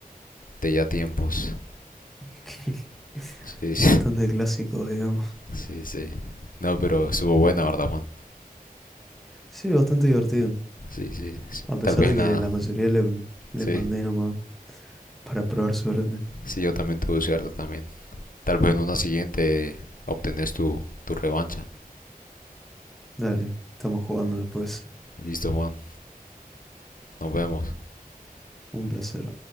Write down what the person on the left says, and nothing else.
de ya tiempos.
Sí, sí,
<laughs> sí, sí. No, pero estuvo buena, ¿verdad, Juan?
Sí, sí, sí.
Tal vez
en
la...
Sí,
sí, yo también tuve cierta también. Tal vez en una siguiente obtenés tu, tu revancha.
Listo, Juan. Nos vemos.